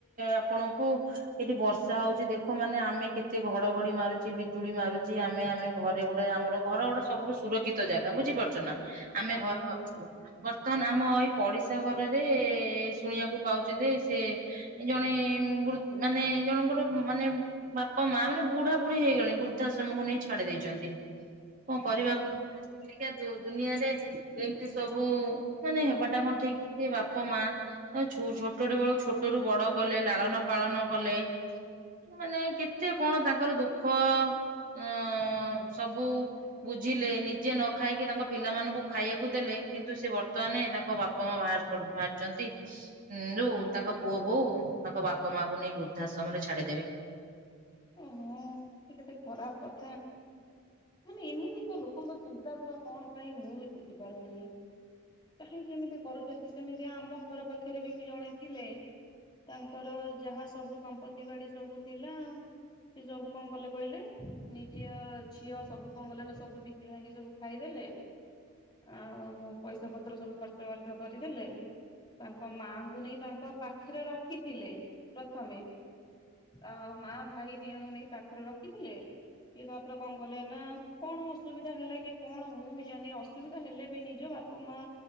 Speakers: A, on the right; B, on the left.
A: ଆପଣଙ୍କୁ, ଏଠି ବର୍ଷା ହଉଛି, ଦେଖ ମାନେ ଆମେ କେତେ ଘଡଘଡି ମାରୁଛି, ବିଜୁଳି ମାରୁଛି, ଆମେ ଆମେ ଘରେ ଗୋଟେ ଆମର ଘର ଗୋଟେ, ସବୁଠୁ ସୁରକ୍ଷିତ ଜାଗା ବୁଝିପାରୁଛ ନା? ଆମେ
B: ଆଜ୍ଞା
A: ଘରେ ଅଛୁ ବର୍ତ୍ତମାନ ଆମ ଏଇ। ପଡ଼ିଶା। ଘରରେ ଶୁଣିବାକୁ ପାଉଛି ଯେ, ସେ ଜଣେ ମାନେ ଜଣଙ୍କର ମାନେ ବାପା ମା ମାନେ ବୁଢା ବୁଢୀ ହେଇଗଲେଣି ବୃଦ୍ଧାଶ୍ରମକୁ ନେଇ ଛାଡି ଦେଇଛନ୍ତି କଣ କରିବା
B: ଓହୋ
A: ଏବେକା ଦୁନିଆରେ ଏମିତି ସବୁ ମାନେ ହେବାଟା କଣ ଠିକ? ସେ ବାପା ମା ଛୋଟ ଟେ ବେଳୁ ଛୋଟ ରୁ ବଡ କଲେ, ଲାଳନ ପାଳନ କଲେ, ମାନେ କେତେ କଣ ତାଙ୍କର ଦୁଃଖ ଅ ସବୁ ବୁଝିଲେ ନିଜେ ନ ଖାଇକି ତାଙ୍କ ପିଲାମାନଙ୍କୁ ଖାଇବାକୁ ଦେଲେ କିନ୍ତୁ ସେ ବର୍ତ୍ତମାନ ତାଙ୍କ ବାପା ମା ବାହାରୁ କ ବାହାରିଛନ୍ତି ଯଉ ତାଙ୍କ ପୁଅ ବୋଉ ତାଙ୍କ ବାପା ମାଙ୍କୁ ନେଇ ବୃଦ୍ଧାଶ୍ରମରେ ଛାଡିଦେବେ।
B: ଓହୋ ସେ କେତେ ଖରାପ କଥା। ମାନେ ଏମିତି କ ଲୋକଙ୍କ ଚିନ୍ତାଧାରା, କଣ ପାଇଁ ମୁଁ ବି ବୁଝିପାରୁନାହିଁ, କାହିଁକି ଏମିତି କରୁଛନ୍ତି, ସେମିତି ଆମ ଘର ପାଖରେ ବି ଜଣେ ଥିଲେ ତାଙ୍କର ଯାହା ସବୁ ସମ୍ପତ୍ତି ବାଡି ସବୁ ଥିଲା ସେ ସବୁ କଣ କଲେ କହିଲେ ନିଜ ଝିଅ ସବୁ କଣ ଗଲେ ନା ସବୁ ବିକି ଭାଙ୍ଗି ସବୁ ଖାଇଦେଲେ ଆଉ ପଇସା ପତ୍ର ସବୁ ଖର୍ଚ ବାର୍ଚ୍ଚ କରିଦେଲେ ତାଙ୍କ ମାଆଙ୍କୁ ନେଇ ତାଙ୍କ ପାଖରେ ରଖ ରଖି ଥିଲେ ପ୍ରଥମେ। ଆଉ ମା ଭାଇ ଦି ଜଣଙ୍କୁ ନେଇକି ପାଖରେ ରଖିଥିଲେ କିଏ ତାପରେ। କଣ କଲେ ନା କଣ ଅସୁବିଧା ହେଲା କି କଣ ମୁଁ ବି ଜାଣିନି ଅସୁବିଧା ହେଲେ ବି ନିଜ ବାପା ମା